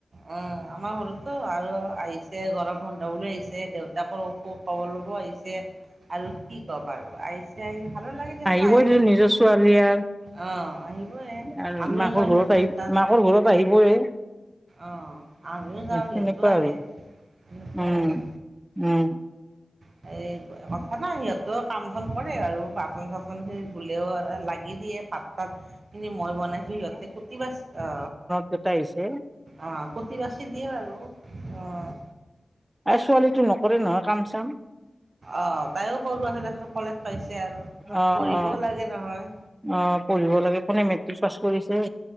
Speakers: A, on the right; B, on the right.
A: অ', আমাৰ সৰুতো আৰু আহিছ গৰম বন্ধ বুলি আহিছে, দেউতাকৰ অসুখ কব ল'ব আহিছে। আৰু কি ক'ব আৰু আহিছে, আহিলে ভালো লাগে দেখোন
B: আহিবই
A: আহিলে।
B: দে নিজৰ ছোৱালী আৰু
A: অ',
B: -
A: আহিবই
B: আৰু
A: আমিও
B: মাকৰ
A: যাওঁ
B: ঘৰত
A: সিহঁতৰ
B: আহি
A: তাত।
B: মাকৰ ঘৰত আহিবই।
A: অ', আমিও যাওঁ সিহঁতো
B: সেনেকুৱা
A: আহে
B: আৰু
A: সেনেকুৱা
B: উম
A: আৰু।
B: উম।
A: <unintelligible> ত কাম- চাম কৰে আৰু বাচন- চাচন খিনি ধুলেও আৰু লাগি দিয়ে ভাত-তাত খিনি মই বনাইছো সিহঁতে কুটি-বাচ অ
B: জতাইছে
A: অ', কুতি-বাতি বাচি দিয়ে আৰু, অ'।
B: এ ছোৱালীটো নকৰে নহয় কাম-চাম।
A: অ', তাইও সৰু আছে তাছ কলেজ পাইছে আৰু,
B: অ
A: পঢ়িবও
B: অ
A: লাগে নহয়।
B: অ পঢ়িব লাগে কোনে মেট্ৰিক পাছ কৰিছে